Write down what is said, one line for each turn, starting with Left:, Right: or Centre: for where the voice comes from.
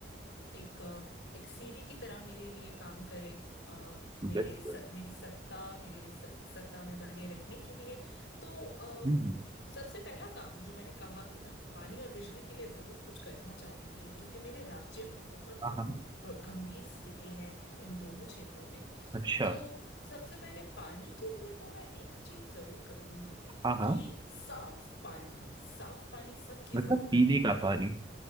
Left: एक अ, एक सीढ़ी की तरह मेरे लिए काम करे अ,
Right: बिल्कुल
Left: मेरे स, मेरी सत्ता मेरे स, सत्ता में बने रहने के लिए तो अ,
Right: हम्म, हम्म,
Left: सबसे पहला काम जो मैंने कहा कि मैं पानी और बिजली के लिए जरूर कुछ करना चाहूंगी क्योंकि मेरे राज्य में बहुत
Right: हाँ हाँ
Left: ब- गंभीर स्थिति है इन दोनों क्षेत्रों में
Right: अच्छा
Left: तो सबसे पहले पानी के लिए तो मैं एक चीज जरूर करूंगी
Right: हाँ हाँ
Left: कि साफ पानी साफ पानी सबकी
Right: मतलब
Left: जरूरत
Right: पीने
Left: है
Right: का पानी